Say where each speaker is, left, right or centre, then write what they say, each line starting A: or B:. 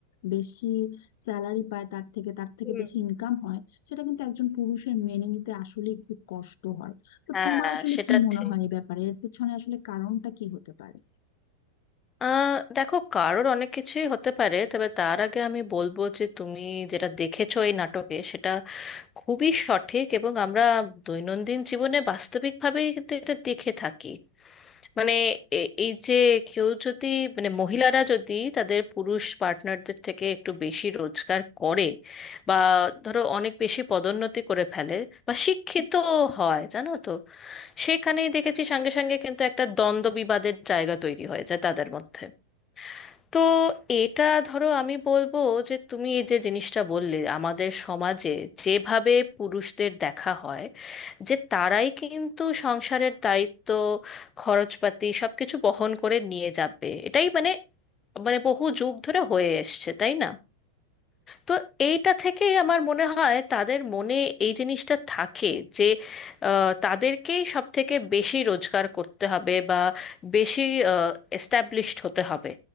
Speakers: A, on the left; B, on the left.
A: বেশি স্যালারি পায় তার থেকে তার থেকে
B: হুম,
A: বেশি ইনকাম হয় সেটা কিন্তু একজন পুরুষের মেনে নিতে আসলে একটু কষ্ট হয় তো
B: হ্যাঁ
A: তোমার আসলে
B: সেটা
A: কি মনে
B: ঠিক
A: হয় এই ব্যাপারে এর পিছনে আসলে কারণটা কি হতে পারে
B: আহ দেখো কারোর অনেক কিছুই হতে পারে তবে তার আগে আমি বলবো যে তুমি যেটা দেখেছো এই নাটকে সেটা খুবই সঠিক এবং আমরা দৈনন্দিন জীবনে বাস্তবিকভাবেই কিন্তু এটা দেখে থাকি মানে এ- এই যে কেউ যদি মানে মহিলারা যদি তাদের পুরুষ পার্টনারদের থেকে একটু বেশি রোজগার করে বা ধরো অনেক বেশি পদোন্নতি করে ফেলে বা শিক্ষিত হয় জানো তো সেখানেই দেখেছি সঙ্গে সঙ্গে কিন্তু একটা দ্বন্দ্ব বিবাদের জায়গা তৈরি হয়েছে তাদের মধ্যে তো এটা ধরো আমি বলবো যে তুমি এই যে জিনিসটা বললে আমাদের সমাজে যেভাবে পুরুষদের দেখা হয় যে তারাই কিন্তু সংসারের দায়িত্ব খরচপাতি সবকিছু বহন করে নিয়ে যাবে এটাই মানে মানে বহু যুগ ধরে হয়ে এসছে তাই না তো এইটা থেকেই আমার মনে হয় তাদের মনে এই জিনিসটা থাকে যে আহ, তাদেরকেই সব থেকে বেশি রোজগার করতে হবে বা বেশি এস্টাবলিশড হতে হবে